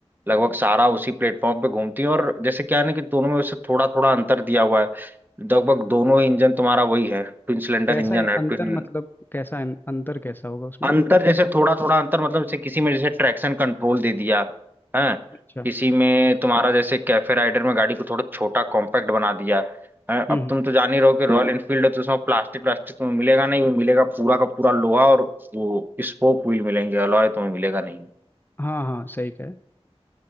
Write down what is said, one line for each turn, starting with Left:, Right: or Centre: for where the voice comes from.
Right: लगभग सारा उसी प्लेटफॉर्म पे घूमती हैं और जैसे क्या है ना कि दोनों में वैसे थोड़ा थोड़ा अंतर दिया हुआ है लगभग दोनों इंजन तुम्हारा वही है ट्विन सिलेंडर
Left: कैसा
Right: इंजन
Left: है-
Right: है
Left: अंतर
Right: ट्विन
Left: मतलब कैसा है- अंतर कैसा होगा उसमें
Right: अंतर जैसे थोड़ा थोड़ा अंतर मतलब जैसे किसी में जैसे ट्रैक्शन कंट्रोल दे दिया है
Left: अच्छा
Right: किसी में तुम्हारा जैसे कैफे राइडर में गाड़ी को थोड़ा छोटा कॉम्पैक्ट बना दिया हैं? अब
Left: हम्म हम्म,
Right: तुम तो जान ही रहो कि रॉयल एनफील्ड है तो उसमें प्लास्टिक व्लास्टिक तुम्हें मिलेगा नहीं वो मिलेगा पूरा का पूरा लोहा और वो स्पोक व्हील मिलेंगे अलॉय तुम्हें मिलेगा नहीं
Left: हाँ हाँ सही कहे